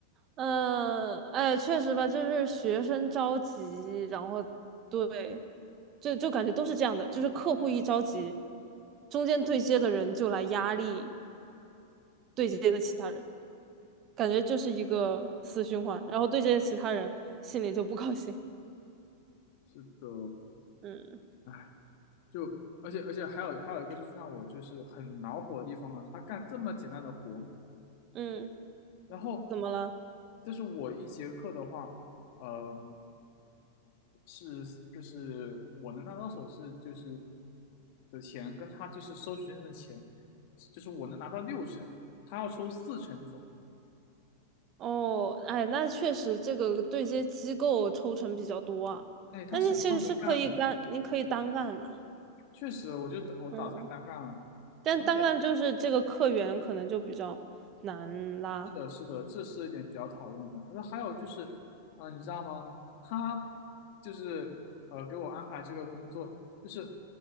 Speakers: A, on the right; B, on the left.
A: 嗯，哎，确实吧，就是学生着急，然后对，就就感觉都是这样的，就是客户一着急，中间对接的人就来压力对接的其他人，感觉就是一个死循环。然后对接的其他人心里就不高兴，
B: 是的，
A: <laughs> 嗯
B: 唉，就而且而且还有还有一个就是让我就是很恼火的地方啊，他干这么简单的活，
A: 嗯，
B: 然后
A: 怎么了？
B: 就是我一节课的话，呃，是就是我能拿到手是就是的钱，跟他就是收学生的钱，就是我能拿到六成，他要抽四成走。
A: 哦，哎，那确实这个对接机构抽成比较多啊。
B: 哎，他什么都没干呢，
A: 那你其实是可以干，你可以单干的，
B: 确实，我就打我打算单干了，
A: 嗯，但单干就是这个客源可能就比较难拉，
B: 而且是的，是的，这是一点比较讨厌的。那还有就是，嗯、你知道吗？他就是呃给我安排这个工作，就是